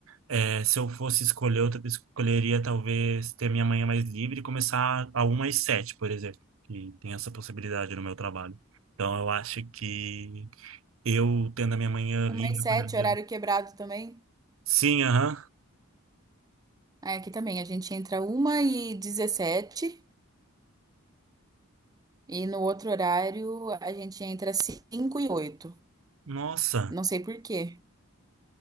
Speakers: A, on the right; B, on the right.
A: é, se eu fosse escolher, eu escolheria talvez ter minha manhã mais livre e começar a uma às sete, por exemplo, que tem essa possibilidade no meu trabalho. Então, eu acho que eu tendo a minha manhã
B: Uma
A: livre,
B: e sete,
A: eu poderia...
B: horário quebrado também.
A: Sim, aham.
B: Aí aqui também, a gente entra uma e dezessete e no outro horário a gente entra cinco e oito.
A: Nossa,
B: Não sei por quê.